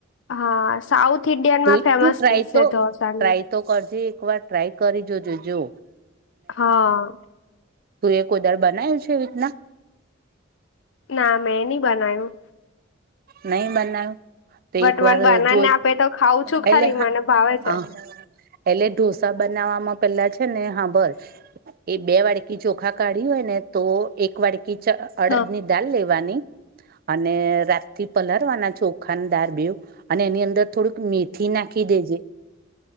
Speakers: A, on the left; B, on the right.
A: હા, સાઉથ ઇન્ડિયનમાં
B: તું
A: ફેમસ
B: તું ટ્રાય
A: ડિશ
B: તો
A: શે ઢોસાની.
B: ટ્રાય તો કશી એક વાર ટ્રાય કરી જોજો જો.
A: હા...
B: તુંયે કોય દાળ બનાયવુ છે, એવી રીતના?
A: ના, મેં ની બનાયું.
B: નઈ બનાવ. તે
A: બટ
B: એક વાર
A: મને બનાવીને
B: જો એટલે
A: આપે તો ખાઉં છું ખરી
B: હા,
A: મને ભાવે છે
B: આહ. એટલે ઢોસા બનાવવામાં પેલા છે ને, હાંભળ. એ બે વાડકી ચોખા કાઢ્યું હોય ને. તો, એક વાડકી ચ અડદની
A: હા,
B: દાલ લેવાની અને રા થી પલાળવાના ચોખાા ને દાર બેવ અને એની અંદર થોડુંક મેથી નાખી દેજે.